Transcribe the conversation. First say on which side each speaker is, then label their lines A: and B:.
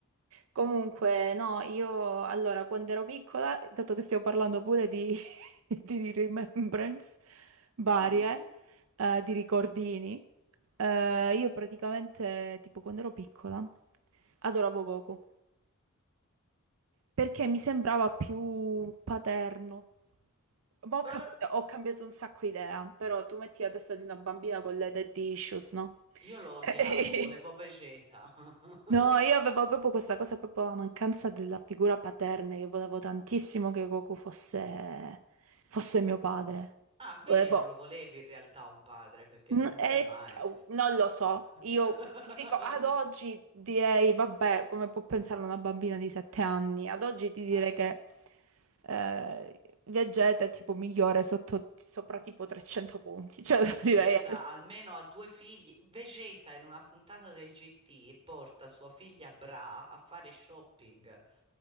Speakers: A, on the right; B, on the right.
A: comunque, no, io allora quando ero piccola, dato che stiamo parlando pure di, <laughs> di remembrance varie,
B: Mm.
A: eh, di ricordini, eh, io praticamente, tipo quando ero piccola, adoravo Goku perché mi sembrava più paterno. Ma ho
B: Eh,
A: cambiato, ho cambiato un sacco idea, però tu metti la testa di una bambina con le dead issues, no?
B: io lo odiavo,
A: <laughs>
B: volevo Vegeta. <laughs>
A: No, io avevo proprio questa cosa, proprio la mancanza della figura paterna. Io volevo tantissimo che Goku fosse, fosse mio padre.
B: Ah, quindi
A: Volevo...
B: non lo volevi in realtà un padre, perché
A: N-
B: lui non
A: e-
B: c'è mai.
A: non lo so, io
B: <laughs>
A: ti dico, ad oggi direi, vabbè, come può pensare una bambina di sette anni? Ad oggi ti direi
B: Eh,
A: che eh, Vegeta è tipo migliore sotto, sopra tipo 300 punti, cioè
B: Vecesa
A: <laughs> direi...
B: almeno ha due figli. Vecesa in una puntata del GT porta sua figlia Bra a fare shopping.